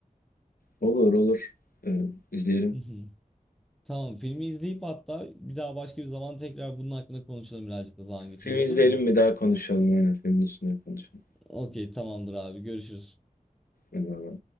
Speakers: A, on the left; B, in the centre.
A: Olur olur. E, izleyelim.
B: <laughs> Tamam filmi izleyip hatta bir daha başka bir zaman tekrar bunun hakkında konuşalım birazcık da zaman geçince
A: Film
B: olur
A: izleyelim
B: mu?
A: mi daha konuşalım aynen filmin üstüne konuşalım.
B: Okey tamamdır abi görüşürüz.
A: Eyvallah.